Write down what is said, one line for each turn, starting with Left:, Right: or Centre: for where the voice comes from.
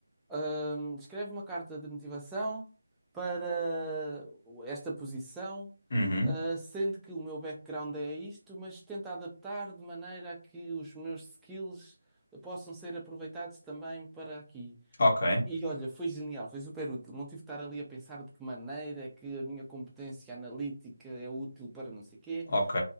Centre: ahm, escreve uma carta de motivação para esta posição,
Left: Uhum.
Centre: ah, sendo que o meu background é isto, mas tenta adaptar de maneira a que os meus skills possam ser aproveitados também para aqui.
Left: Ok,
Centre: E olha, foi genial, foi super útil. Não tive de estar ali a pensar de que maneira é que a minha competência analítica é útil para não sei quê.
Left: ok.